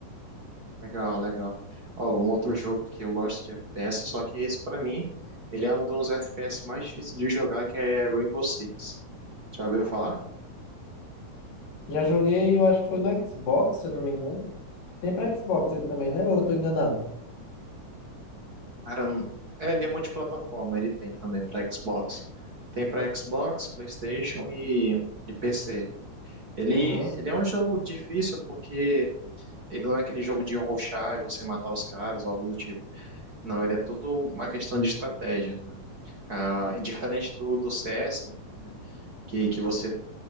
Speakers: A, on the right (about 40°); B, on the left (about 85°).
A: legal, legal. Ó, um outro jogo que eu gosto de FPS, só que esse pra mim, ele é um dos FPS mais difíceis de jogar, que é Rainbow Six. Já ouviu falar?
B: Já joguei, eu acho que foi no Xbox, se eu não me engano. Tem para Xbox ele também, né? Ou eu tô enganado?
A: Cara, eu- é, ele é multiplataforma, ele tem também pra Xbox. Tem pra Xbox, PlayStation e, e PC. Ele,
B: Uhum.
A: ele é um jogo difícil porque ele não é aquele jogo de rushar e você matar os caras ou algo do tipo. Não, ele é tudo uma questão de estratégia. né? Ah, diferente do, do CS, né, que, que você,